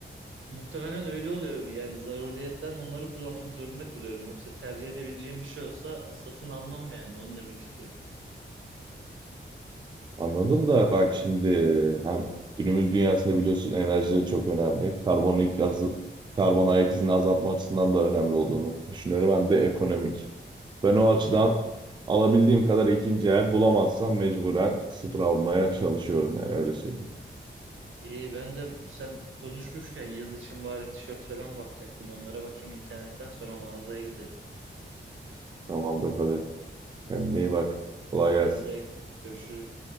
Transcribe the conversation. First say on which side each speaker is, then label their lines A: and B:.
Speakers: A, on the right; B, on the right.
A: muhtemelen öyle oluyor. Yani zaruriyetten onları kullanmak zorunda kalıyorum. Yoksa tercih edebileceğim bir şey olsa satın almam yani onu demek istiyorum.
B: Anladım da bak şimdi hem günümüz dünyasında biliyorsun enerji çok önemli. Karbonik gazı, karbon ayak izini azaltma açısından da önemli olduğunu düşünüyorum. Hem de ekonomik. Ben o açıdan alabildiğim kadar ikinci el bulamazsam mecburen sıfır almaya çalışıyorum yani öyle söyleyeyim.
A: İyi ben de sen konuşmuşken yaz için bari tişört falan bakacaktım. Onlara bakayım internetten sonra mağazaya giderim.
B: Tamamdır hadi kendine iyi bak.
A: Hadi
B: Kolay gelsin.
A: sen de görüşürüz.